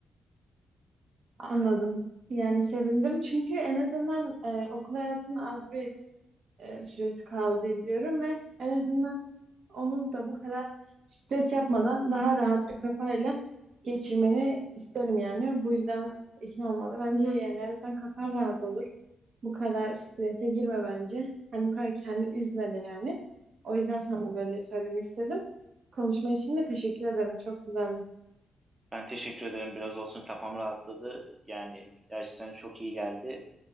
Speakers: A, on the right (about 65°); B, on the right (about 35°).
A: Anladım. Yani sevindim çünkü en azından e, okul hayatını az bir e, süresi kaldı diye biliyorum ve en azından onu da bu kadar stres yapmadan daha rahat bir kafayla geçirmeni isterim yani. Bu yüzden ikna olmadı. Bence yani en azından kafan rahat olur. Bu kadar strese girme bence. Hani bu kadar kendini üzme de yani. O yüzden sana böyle söylemek istedim. Konuşma için de teşekkür ederim. Çok güzeldi.
B: Ben teşekkür ederim. Biraz olsun kafam rahatladı. Yani gerçekten çok iyi geldi.